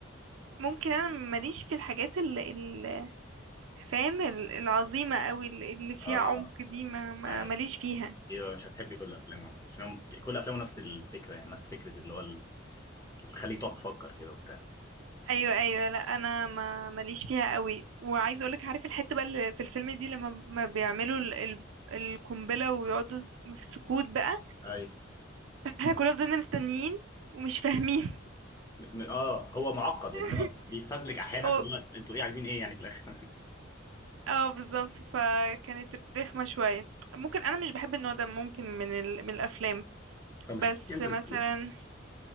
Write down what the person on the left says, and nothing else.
اه
ايوه
يبقى مش هتحبي كل افلامه عشان هم- كل افلامه نفس الفكره يعني نفس فكره اللي هو ال- تخليك تقعد تفكر كده وبتاع
اي
م- اه هو معقد
يعني هو بيتفزلك احيانا
في الوقت انتوا ايه عايزين ايه يعني في الاخر
<laughs> طب
ما شفتيش انترستيلر